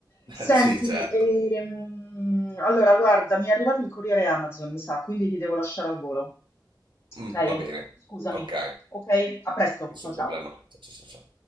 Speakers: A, on the right; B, on the left.
A: <laughs>
B: Senti,
A: Eh, sì, certo.
B: ehm, allora guarda, mi è arrivato il corriere Amazon, mi sa, quindi ti devo lasciare al volo, ok?
A: Mm, va bene.
B: Scusami,
A: Ok,
B: ok? A presto,
A: nessun
B: ciao ciao.
A: problema. Sì, sì, sì, sì.